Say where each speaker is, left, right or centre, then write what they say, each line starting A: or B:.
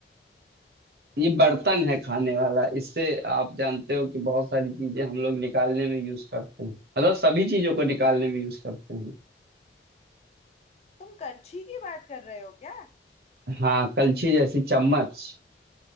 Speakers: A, on the right; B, on the left.
A: ये बर्तन है खाने वाला इससे आप जानते हो कि बहुत सारी चीजें हम लोग निकालने में यूज करते हैं मतलब सभी चीजों को निकालने में यूज करते हैं
B: तुम करछी की बात कर रहे हो क्या
A: हाँ कलछी जैसी चम्मच